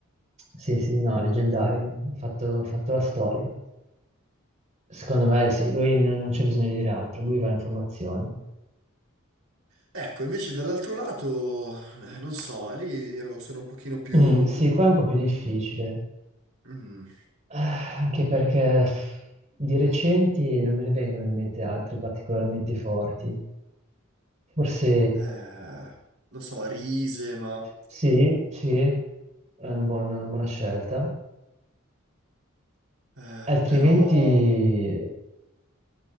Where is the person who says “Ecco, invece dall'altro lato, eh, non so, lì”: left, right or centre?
Right